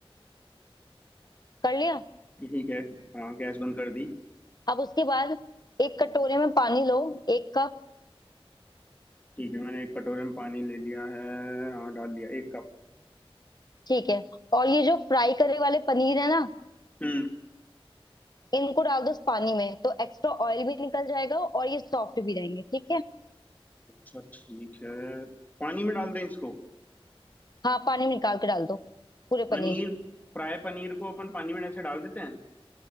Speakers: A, on the left; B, on the left.
A: कर लिया
B: ठीक है हाँ गैस बंद कर दी
A: अब उसके बाद एक कटोरे में पानी लो एक कप
B: ठीक है मैंने एक कटोरे में पानी ले लिया है हाँ डाल लिया एक कप
A: ठीक है और ये जो फ्राई करे वाले पनीर है ना
B: हम्म
A: इनको डाल दो उस पानी में तो एक्स्ट्रा ऑयल भी निकल जाएगा और ये सॉफ्ट भी रहेंगे ठीक है
B: अच्छा ठीक है पानी में डाल दें इसको
A: हाँ पानी में निकाल के डाल दो पूरे
B: पनीर
A: पनीर
B: फ्राई पनीर को अपन पानी में ऐसे डाल देते हैं